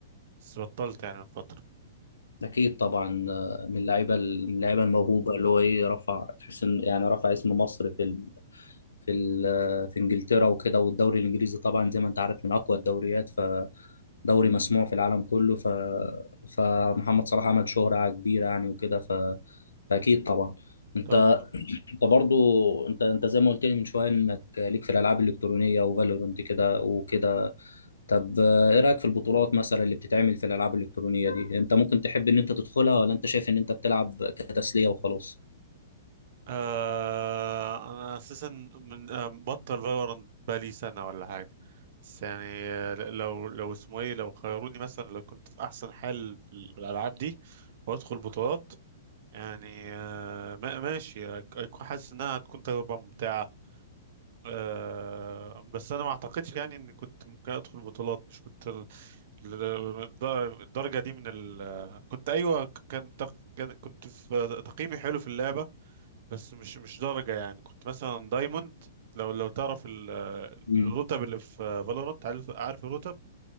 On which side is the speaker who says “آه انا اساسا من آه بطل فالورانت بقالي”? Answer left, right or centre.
Right